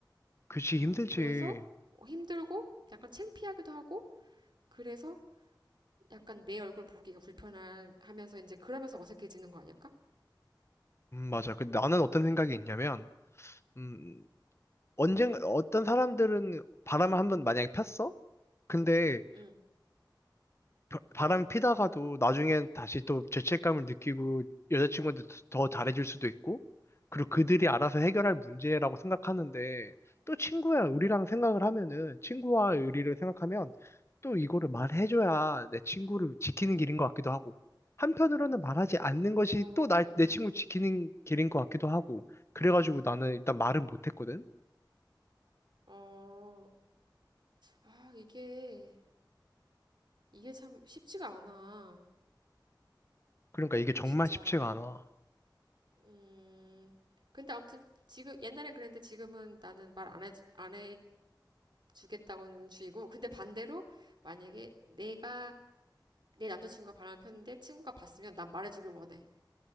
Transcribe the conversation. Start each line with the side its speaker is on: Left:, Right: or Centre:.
Left: 그치, 힘들지.
Right: 그래서 어, 힘들고 약간 창피하기도 하고 그래서 약간 내 얼굴 보기가 불편하면서 이제 그러면서 어색해지는 거 아닐까?
Left: 음, 맞아. 근데 나는 어떤 생각이 있냐면, 음, 언젠가, 어떤 사람들은 바람을 한번 만약에 폈어? 근데
Right: 응.
Left: 바- 바람 피다가도 나중엔 다시 또 죄책감을 느끼고 여자친구한테 더 잘해줄 수도 있고, 그리고 그들이 알아서 해결할 문제라고 생각하는데, 또 친구야, 우리랑 생각을 하면은, 친구와 의리를 생각하면, 또 이거를 말해줘야 내 친구를 지키는 길인 것 같기도 하고, 한편으로는 말하지 않는 것이
Right: 어,
Left: 또 날, 내 친구 지키는 길인 것 같기도 하고, 그래가지고 나는 일단 말은 못했거든?
Right: 어, 아, 이게, 이게 참 쉽지가 않아.
Left: 그러니까 이게 정말
Right: 진짜.
Left: 쉽지가 않아.
Right: 음, 근데 아무튼 지금, 옛날엔 그랬는데 지금은 나는 말 안 해, 안 해주겠다고는 주의고. 근데 반대로 만약에 내가 내 남자친구가 바람을 폈는데 친구가 봤으면 난 말해주길 원해.